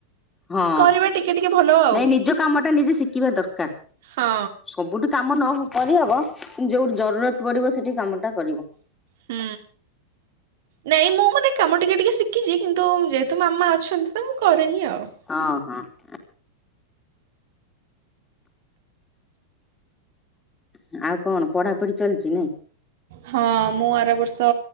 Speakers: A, on the left (about 15°); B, on the right (about 55°).
A: ହଁ
B: କରିବା ଟିକେ ଟିକେ ଭଲ ଆଉ
A: ନାଇଁ ନିଜ କାମଟା ନିଜେ ଶିକିବା ଦରକାର।
B: ହଁ
A: ସବୁଠି କାମ ନ ହଉ କରିହବ କିନ୍ତୁ ଯୋଉଠି ଜରୁରତ୍ ପଡିବ ସେଠି କାମଟା କରିବ।
B: ହୁଁ। ନାଇଁ ମୁଁ ମାନେ କାମ ଟିକେ ଟିକେ ଶିଖିଚି କିନ୍ତୁ ଉଁ ଯେହେତୁ ମାମା ଅଛନ୍ତି ତ ମୁଁ କରେନି ଆଉ।
A: ହଁ ହଁ। ହୁଁ ଆଉ କଣ ପଢାପଢି ଚାଲଚି ନାଇଁ।
B: ହଁ ମୁଁ ଆର ବର୍ଷ